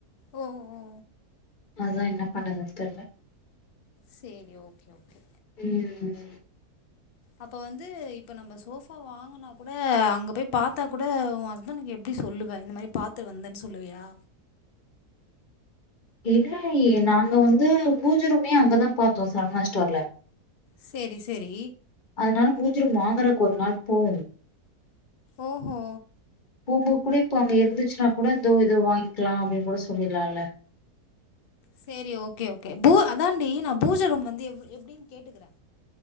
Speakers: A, on the left; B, on the left.
A: ஓ ஓ
B: அதா என்னப் பண்ணதுன் தெர்ல
A: சேரி ஓகே ஓகே
B: ம் ம் ம்
A: அப்ப வந்து இப்ப நம்ம சோஃபா வாங்கன் னாக் கூட அங்கப் போய் பாத்தா கூட உ ஹஸ்பணுக்கு எப்டி சொல்லுவே இந்த மாரி பாத்த வந்தேன் சொல்லுவியா
B: இல்லயே நாங்க வந்து வூஜ ரூமே அங்கதாம் பாத்தோ சரவணாஸ் ஸ்டோர்ல
A: செரி செரி
B: அதனால மூஜ ரூம் வாங்கறக் ஒரு நாள்ப் போவோ
A: ஓஹோ
B: போம்போக் கூட இப்போ அங்க இருந்துச்சுனாக் கூட இந்தோ இதோ வாய்ங்க்கிலா அப்டின் கூட சொல்லில்லா இல்ல
A: சேரி ஓகே ஓகே பூ அதாண்டி நா பூஜ ரூம் வந்து எப் எப்டின் கேட்டுகறே